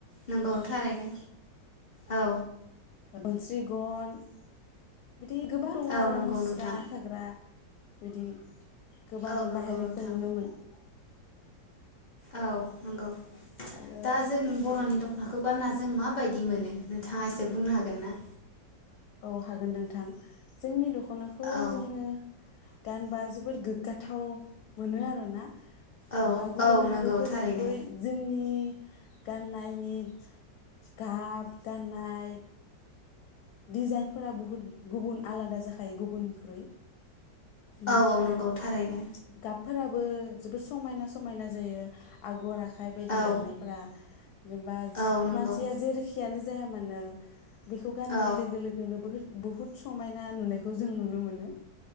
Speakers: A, on the left (about 80°); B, on the left (about 70°).
A: नंगौ थारैनो औ
B: ओमफ्राय <unintelligible> गन बिदि गोबां दङ
A: औ
B: आरो
A: नंगौ
B: मुस्रा
A: नोंथां
B: साग्रा बिदि गोबां
A: औ नंगौ
B: बाहायनायखौ
A: नोंथां
B: नुनो मोनो
A: औ नंगौ
B: आरो
A: दा जों बर'नि दख'नाखौ गानना जों माबायदि मोनो नोंथाङा एसे बुंनो हागोन ना
B: औ हागोन नोंथां जोंनि दख'ना दख'नाखौ
A: औ
B: जोङो गानबा जोबोर गोग्गाथाव मोनो आरो ना
A: औ
B: बा गुबुन
A: औ
B: हारिफोरनिख्रुइ
A: नंगौ थारैनो
B: जोंनि गाननायनि गाब गाननाय दिडजाइनफोरा बुहुद गुबुन आलादा जाखायो गुबुननिख्रुइ बेनिफ्राय
A: औ औ नंगौ थारैनो
B: गाब फोराबो जोबोद समायना समायना जायो आगर आखाइ बायदि
A: औ
B: एरनायफोरा जेनेबा
A: औ नंगौ
B: मानसिया जेरैखियानो जाया मानो बेखौ गाननाय
A: औ
B: लोगो बह बुहुत समायना नुनायखौ जों नुनो मोनो